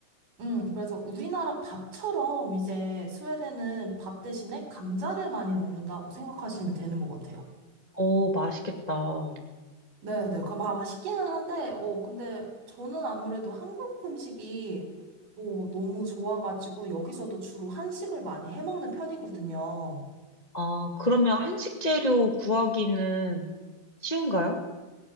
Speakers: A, on the right; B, on the left.
A: 음, 그래서 우리나라 밥처럼 이제 스웨덴은 밥 대신에 감자를 많이 먹는다고 생각하시면 되는 것 같아요.
B: 오, 맛있겠다.
A: 네네. 그, 마- 맛있기는 한데, 어, 근데 저는 아무래도 한국 음식이 어, 너무 좋아가지고 여기서도 주로 한식을 많이 해먹는 편이거든요.
B: 아, 그러면 한식 재료 구하기는 쉬운가요?